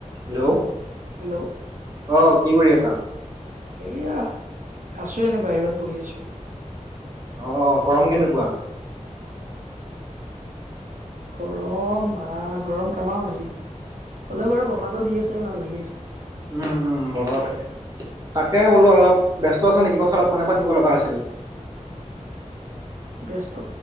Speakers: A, on the right; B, on the right.
A: Hello,
B: hello
A: অ কি কৰি আছা?
B: এইয়া আছো এনে বাহিৰত বহি আছো।
A: অ অ গৰম কেনেকুৱা?
B: গৰম বা গৰম তামাম আজি। হ'লেও বাৰু বতাহটো দি আছে ভাল লাগি আছে।
A: উম উম বতাহ থাকে। তাকে বোলো অলপ ব্যস্ত আছা নেকি কথা অলপ মানে পাতিব লগা আছিল।
B: ব্যস্ত